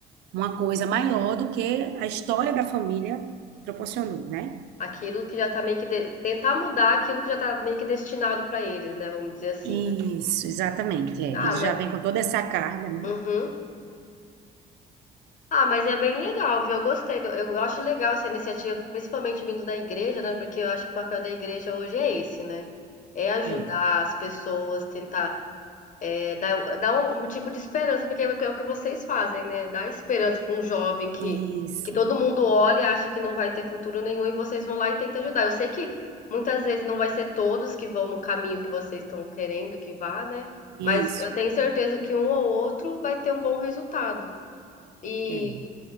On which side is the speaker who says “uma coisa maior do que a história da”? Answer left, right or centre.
Right